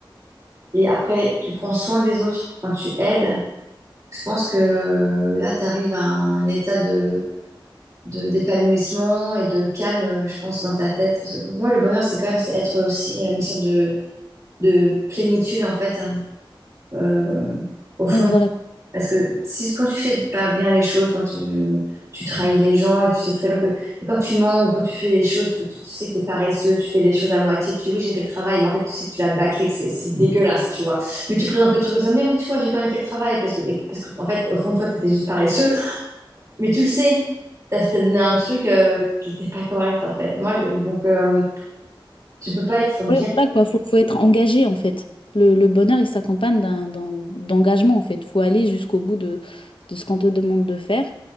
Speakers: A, on the right (about 40°); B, on the left (about 75°).
A: et après, tu prends soin des autres, enfin, tu aides, je pense que là, tu arrives à un état de, de, d'épanouissement et de calme, je pense, dans ta tête. Parce que pour moi, le bonheur, c'est quand même c'est être aussi une sorte de, de plénitude, en fait euh, au fond.
B: Ouais, voilà quoi.
A: Parce que si, quand tu fais pas bien les choses, quand tu, tu trahis les gens et tu sais très bien que. Et quand tu mens ou quand tu fais les choses, parce que tu, tu sais que t'es paresseux, tu fais les choses à moitié, tu dis oui, j'ai fait le travail, mais en fait, tu sais que tu l'as bâclé, que c'est c'est dégueulasse, tu vois. Mais tu présentes le truc comme ça, mais oui, tu vois, j'ai quand même fait le travail, parce que, mais- parce que en fait, au fond de toi, t'étais juste paresseux, mais tu le sais. T'as t'as donné un truc euh, qui n'était pas correct, en fait. Moi, je- donc, euh, tu peux pas être bien.
B: Ouais, voilà quoi, faut, faut être engagé en fait. Le, le bonheur, il s'accompagne d'un, d'un- d'engagement en fait. Faut aller jusqu'au bout de, de ce qu'on te demande de faire